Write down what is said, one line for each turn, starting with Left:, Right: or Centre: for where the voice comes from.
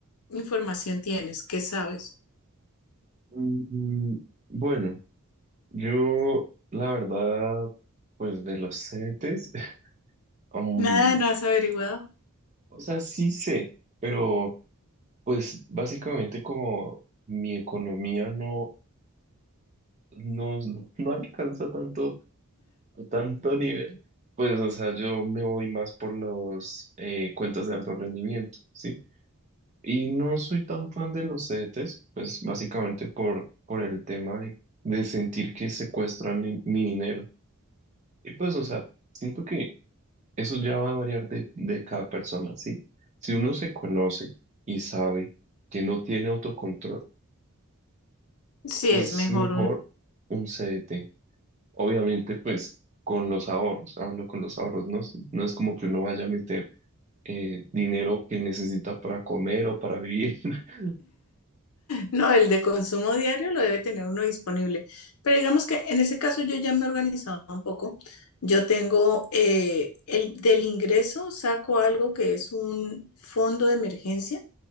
Left: información tienes? ¿Qué sabes?
Right: Mm, Bueno, yo la verdad, pues de los Cetes, <laughs> aún,
Left: Nada, no has averiguado.
Right: o sea, sí sé, pero pues básicamente como mi economía no, no, <laughs> no alcanza tanto, a tanto nivel, pues o sea, yo me voy más por los eh, cuentas de alto rendimiento, ¿sí? Y no soy tan fan de los Cetes, pues básicamente por, por el tema de, de sentir que secuestran mi mi dinero. Y pues, o sea, siento que eso ya va a variar de, de cada persona, ¿sí? Si uno se conoce y sabe que no tiene autocontrol,
Left: Sí,
Right: es
Left: es mejor
Right: mejor un CDT. Obviamente, pues, con los ahorros, hablo con los ahorros, ¿no? No es como que uno vaya a meter eh, dinero que necesita para comer o para vivir. <laughs>
Left: No, el de consumo diario lo debe tener uno disponible. Pero digamos que en ese caso yo ya me he organizado un poco. Yo tengo eh, el del ingreso, saco algo que es un fondo de emergencia